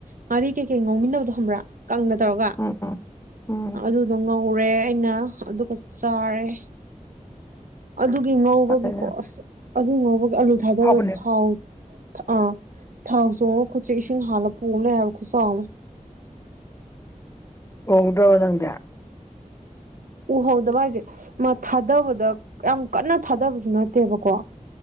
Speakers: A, on the right; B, on the left.
A: ꯉꯥꯔꯤ ꯀꯩꯀꯩ ꯉꯥꯎꯃꯤꯟꯅꯕꯗꯣ ꯈꯪꯕ꯭ꯔꯥ ꯀꯪꯅ ꯇꯧꯔꯒ
B: ꯎꯝ ꯎꯝ ꯎꯝ
A: ꯑꯗꯨꯗꯣ ꯉꯧꯔꯦ ꯅ ꯑꯗꯨꯒ ꯆꯥꯔꯦ ꯑꯗꯨꯒꯤ ꯉꯧꯕꯒꯤꯀꯣ
B: ꯐꯔꯦꯅꯦ
A: ꯑꯁ ꯑꯗꯨꯒꯤ ꯉꯧꯕꯒꯤ ꯑꯂꯨ ꯊꯥꯗꯕꯗ
B: ꯑꯍꯥꯎꯕꯅꯦ
A: ꯊꯥꯎ ꯑ ꯊꯥꯎ ꯆꯣꯡꯉ ꯈꯨꯠꯁꯦ ꯏꯁꯤꯡ ꯍꯥꯥꯟꯂ ꯄꯣꯝ ꯂꯩꯔꯦ ꯍꯥꯏꯕ ꯈꯨꯠꯁꯦ ꯈꯨꯆꯥꯎ ꯑꯃ
B: ꯎꯍꯧꯗ꯭ꯔꯕ ꯅꯪꯗꯤ
A: ꯎꯍꯧꯗꯕ ꯍꯥꯏꯁꯦ ꯃꯥ ꯊꯥꯗꯕꯗ ꯌꯥꯝ ꯀꯟꯅ ꯊꯥꯗꯕꯁꯨ ꯅꯠꯇꯦꯕꯀꯣ